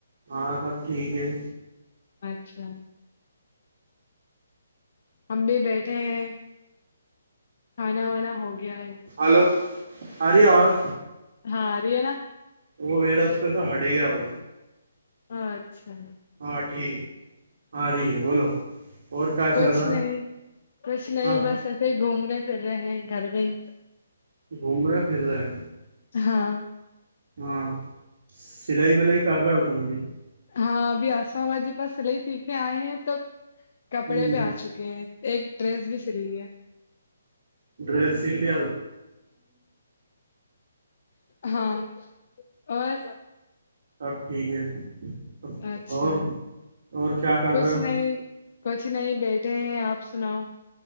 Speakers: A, on the right; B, on the left.
A: ہاں سب ٹھیک ہے
B: اچھا ہم بھی بیٹھے ہیں کھانا وانا ہو گیا ہے
A: ہلو اری آواز
B: ہاں ر ہے نا
A: وہ میرا اس پہ س ہٹ گیا وہ
B: اچھا
A: ہاں ٹھیک ہاں ر بولو اور کیا
B: کچھ
A: چل رہا ہے
B: نہیں کچھ نہیں
A: ہاں
B: بس ایسے ہی گھومنے پھر رہے ہیں گھر میں ہی
A: گھوم رہے پھر رہے
B: ہاں
A: ہاں سلائی ولائی کر رہہ ہوم کہ
B: ہاں ابھی آسام آباد جی پاس سلائی سیکھنے آئے ہیں توب کپڑے
A: ہوں
B: پہ آ چکے ہیں ایک ڈریس بھی سل لی ہے
A: ڈرس لی
B: ہاں اور
A: اب ٹھیک ہےب
B: اچھا
A: اور اور کیا کر
B: کچھ
A: رہے ہو
B: نہیں کچھ نہیں بیٹھے ہیں آپ سناؤ